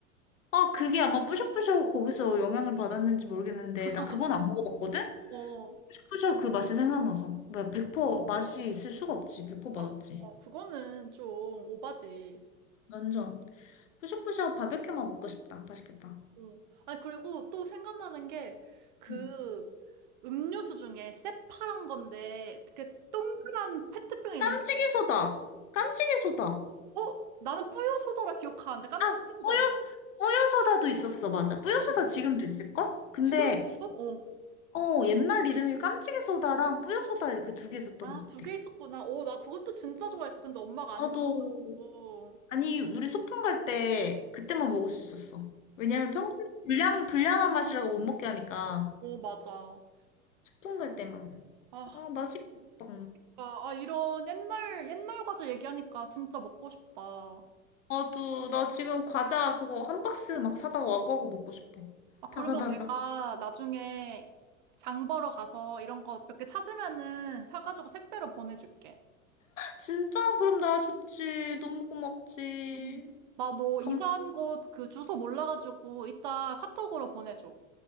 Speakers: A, on the left; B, on the right.
A: 아, 그게 아마 뿌셔뿌셔 거기서 영향을 받았는지 모르겠는데,
B: <laughs>
A: 나 그건 안 먹어봤거든?
B: 어,
A: 샤브샤브 그 맛이 생각나서. 뭐, 100% 맛이 있을 수가 없지. 100%
B: 아,
A: 맛없지.
B: 어, 그거는 좀 오바지.
A: 완전. 푸샤푸샤 바베큐만 먹고 싶다. 맛있겠다.
B: 어. 아니, 그리고 또 생각나는 게, 그,
A: 음.
B: 음료수 중에 새파란 건데, 이렇게 동그란 페트병에
A: 깜찍이
B: 있는
A: 소다. 깜찍이 소다.
B: 어? 나는 뿌요 소다라 기억하는데 깜찍이
A: 아,
B: 소다였나?
A: 뿌여, 뿌여 소다도 있었어. 맞아. 뿌여
B: 어,
A: 소다 지금도 있을걸? 근데,
B: 지금도 있어? 어.
A: 어, 옛날 이름이 깜찍이 소다랑 뿌여 소다 이렇게 두 개 있었던
B: 아,
A: 것 같아.
B: 두 개 있었구나. 어, 나 그것도 진짜 좋아했어. 근데 엄마가 안
A: 나도,
B: 사줬고.
A: 아니, 우리 소풍 갈 때 그때만 먹을 수 있었어. 왜냐면 평소에 불량, 불량한 맛이라고 못 먹게 하니까.
B: 어, 맞아.
A: 소풍 갈 때만.
B: 아,
A: 아, 맛있겠다.
B: 그러니까, 아, 이런 옛날, 옛날 과자 얘기하니까 진짜 먹고 싶다.
A: 나도, 나 지금 과자 그거 한 박스 막 사다가 와구와구 먹고 싶어.
B: 아, 그러면
A: 다 사다가.
B: 내가 나중에 장 보러 가서 이런 거 몇 개 찾으면은 사가지고 택배로 보내줄게.
A: 진짜? 그럼 나 좋지. 너무 고맙지.
B: 음. 나너
A: 감...
B: 이사한 곳 그 주소 몰라가지고 이따 카톡으로 보내줘.